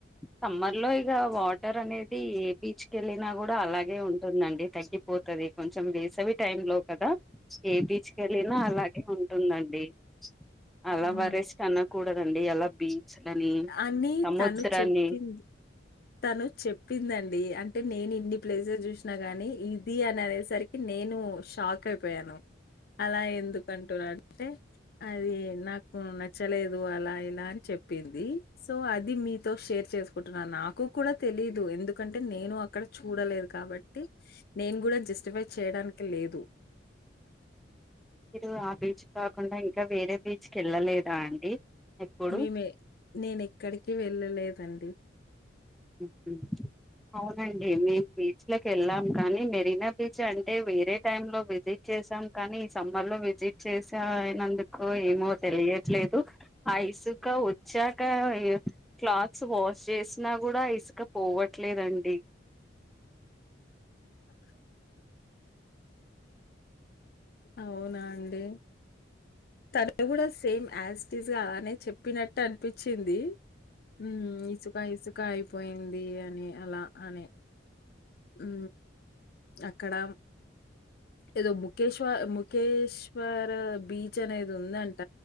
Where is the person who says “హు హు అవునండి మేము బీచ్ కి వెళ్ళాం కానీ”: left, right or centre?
Centre